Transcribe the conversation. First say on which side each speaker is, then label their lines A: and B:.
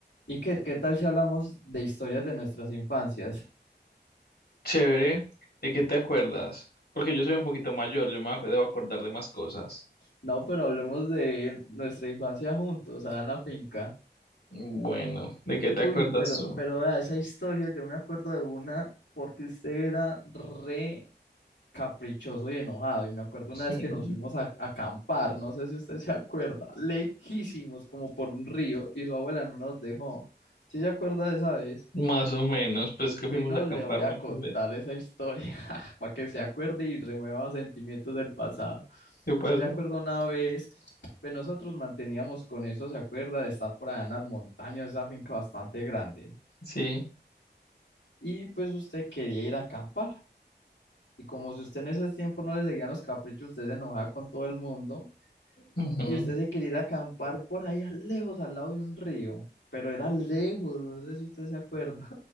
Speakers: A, on the left (about 85°); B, on the left (about 65°).
A: Iker, ¿qué tal si hablamos de historias de nuestras infancias?
B: Chévere, ¿de qué te acuerdas? Porque yo soy un poquito mayor, yo me ac- debo acordar de más cosas.
A: No, pero hablemos de nuestra infancia juntos, allá en la finca.
B: Bueno, ¿de qué te
A: Uy,
B: acuerdas
A: pero,
B: tú?
A: pero vea, esa historia yo me acuerdo de una porque usted era re caprichoso y enojado. Y me acuerdo
B: <laughs>
A: una vez que nos fuimos a, a acampar, no sé si usted se acuerda, lejísimos como por un río y su abuela no nos dejó. ¿Sí se acuerda de esa vez?
B: Más o menos, pues es que
A: Si
B: fuimos
A: no,
B: a acampar
A: le voy a
B: muchas
A: contar
B: veces.
A: esa historia <laughs> para que se acuerde y remueva sentimientos del pasado.
B: ¿Qué pasa?
A: Usted se acuerda una vez, pues nosotros manteníamos con eso, se acuerda de estar por allá en las montañas, esa finca bastante grande.
B: Sí,
A: Y pues usted quería ir a acampar. Y como si usted en ese tiempo no le seguían los caprichos, usted se enojaba con todo el mundo.
B: ujú,
A: Y usted
B: <laughs>
A: se quería ir a acampar por allá lejos, al lado de un río. Pero era lejos, no sé si usted se acuerda.